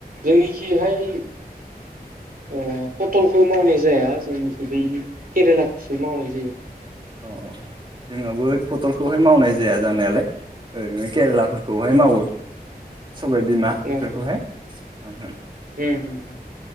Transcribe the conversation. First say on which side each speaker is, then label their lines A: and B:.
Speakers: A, on the right (about 60°); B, on the right (about 30°).
A: जोंनिखिहाय ओ पटलखौ मावनाय जाया जोंनिखि बै केरेलाखौसो मावनाय जायो।
B: अ जोंनाबो पथलखौहाय मावनाय जाया जानायालाय ओरैनो केरेला फोरखौहाय
A: उम
B: मावो। सबायबिमा बेफोरखौहाय
A: औ, औ।
B: ओं।
A: उम, उम,